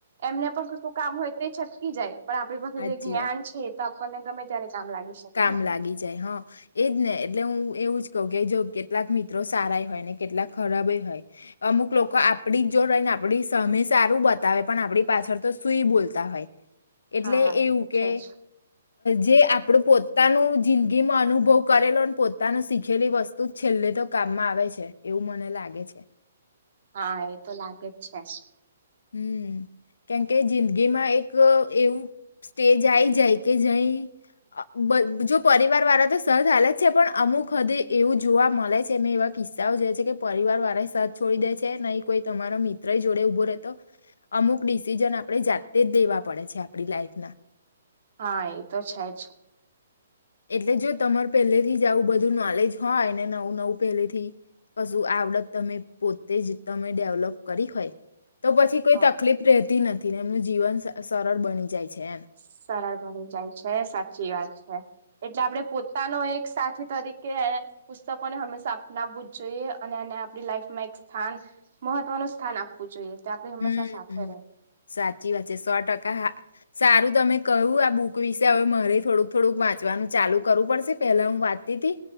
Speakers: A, on the right (about 60°); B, on the left (about 80°).
A: એમને પણ કશું કામ હોય તે છટકી જાય પણ આપણી પાસે
B: સાચી
A: જ્ઞાન
B: વાત
A: છે તે આપડી પણ એ ગમે ત્યારે કામ લાગી શકે
B: કામ
A: ને
B: લાગી જાય હ એજ ને એટલે હું એવું જ તોકે જો કેટલાક મિત્રો સારા એ હોય ને કેટલાક ખરાબે હોય અમુક લોકો આપડી જ જો રહી ને આપડી તમે સારું બતાવે પણ આપડી પાછળ તો સુઈ બોલતા હોય એટલે
A: હા એ
B: એવું
A: તો
B: કે
A: છે જ
B: જે આપડું પોતાનું જિંદગીમાં અનુભવ કરેલો પોતાનું શીખેલી વસ્તુ છેલ્લે તો કામમાં આવે છે એવું મને લાગે છે
A: હા એ તો લાગે જ છે
B: હમ કેમકે જિંદગીમાં એક એવું સ્ટેજ આઈ જાય કે જઈ આ બ જો પરિવાર વાળા તો સહજ હાલત છે પણ અમુક હદે એવું જોવા મળે છે મેં એવા કિસ્સાઓ જે છે કે પરિવાર વારા સાથે છોડી દે છે નહી કોઈ તમારો મિત્ર જોડે ઉભો રહે તો અમુક ડિસિઝન આપણે જાતે જ દેવા પડે છે આપણી લાઈફના
A: હા એ તો છે જ
B: એટલે જો તમાર પહેલેથી એવું બધું નોલેજ હોય ને નવું નવું પહેલે થી કશું આવડત તમે પોતે જ તમે ડેવલોપ કરી હોય તો પછી કોઈ
A: હા
B: તકલીફ રહેતી નથી ને એમનું જીવન સરળ બની જાય છે એમ
A: સરળ બની જાય છે સાચી વાત છે એટલે આપડે પોતાનો એક સાથી તરીકે પુસ્તકોને હંમેશા અપનાવવું જ જોઈએ અને આને આપડી લાઈફમાં એક સ્થાન મહત્વનું સ્થાન આપવું જોઈએ તે આપણે હંમેશા
B: હમ્મ
A: સાથે રહે
B: સાચી વાત છે સો ટકા હા સારું તમે કું આ બુક કોઈ વિશે હવે મારે થોડુંક થોડુંક વાંચવાનું ચાલુ કરવું પડશે પેલા હું વાંચતી તી